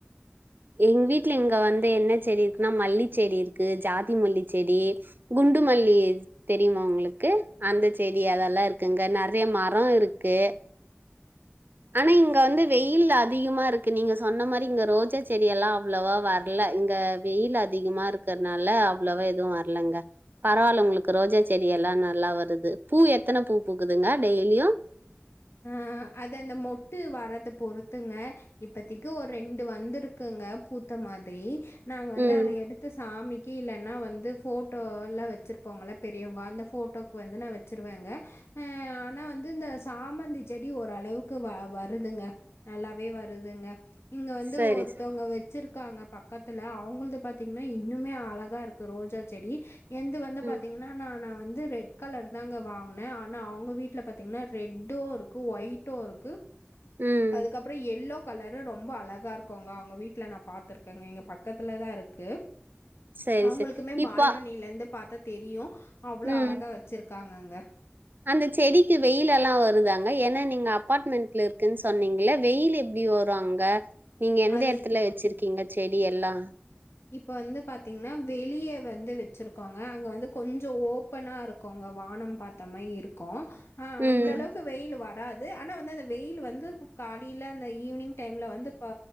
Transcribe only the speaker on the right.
எங்க வீட்ல இங்க வந்து என்ன செடி இருக்குன்னா மல்லி செடி இருக்கு ஜாதி மல்லி செடி குண்டு மல்லி தெரியுமா உங்ளுக்கு அந்த செடி அதெல்லா இருக்குங்க நெறைய மரோ இருக்கு ஆனா இங்க வந்து வெயில் அதிகமா இருக்கு நீங்க சொன்ன மாரி இங்க ரோஜாச் செடி எல்லா அவ்ளோவா வர்ல இங்க வெயில் அதிகமா இருக்றதுனால அவ்ளோவா எதுவு வர்லங்க பரவால்ல உங்ளுக்கு ரோஜா செடி எல்லா நல்லா வருது பூ எத்தன பூ பூக்குதுங்க டெய்லியு
ம்.
சரி,
சரி.
ம்,
ம்.
சரி,
சரி. இப்ப
ம்.
அந்த செடிக்கு வெயில் எல்லா வருதாங்க ஏன்னா நீங்க அப்பாட்மெண்ட்ல இருக்குன்னு சொன்னீங்கல்ல வெயில் எப்டி வரு அங்க நீங்க எந்த
எடத்துல வெச்சிருக்கீங்க செடி எல்லா
ம்.